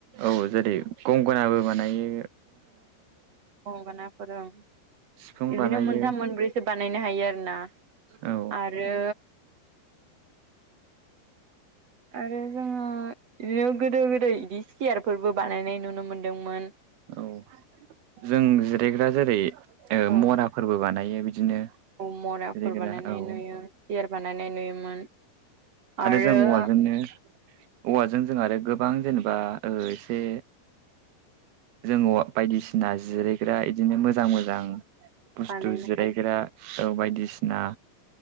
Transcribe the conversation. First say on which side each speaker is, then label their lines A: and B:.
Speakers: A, on the right; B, on the right.
A: औ जेरै गंगनाबो मानायो
B: औगोन फ <inaudible>
A: सिफुं
B: बिदिनो
A: बानायो
B: मोनथाम मोनब्रैसो बानायनो हायो आरो ना
A: औ
B: आरो आरो जोङो बिदिनो गोदो गोदाय इदि सियारफोरबो बानायनाय नुनो मोनदोंमोन।
A: औ जों जिरायग्रा जेरै
B: औ
A: मराफोरबो बानायो बिदिनो
B: औ मराफोर
A: जिरायग्रा
B: बानायनाय
A: औ
B: नुयो सियार बानायनाय नुयोमोन। आरो
A: जों औवाजोंनो औवाजों जों आरो गोबां जेनेबा ओ एसे जोङो बायदिसिना जिरायग्रा बिदिनो मोजां मोजां बुस्थु
B: बानायनो
A: जिरायग्रा।
B: हायो
A: औ बायदिसिना